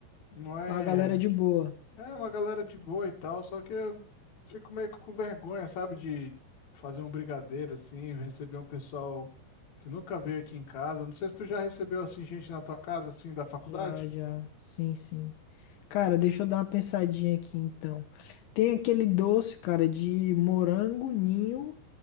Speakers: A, on the left; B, on the left.
A: não é.
B: A galera de boa.
A: É uma galera de boa e tal, só que eu fico meio que com vergonha, sabe? De fazer um brigadeiro assim, receber um pessoal que nunca veio aqui em casa. Não sei se tu já recebeu assim gente na tua casa, assim, da faculdade.
B: Já, já. Sim, sim. Cara, deixa eu dar uma pensadinha aqui então. Tem aquele doce, cara, de morango ninho.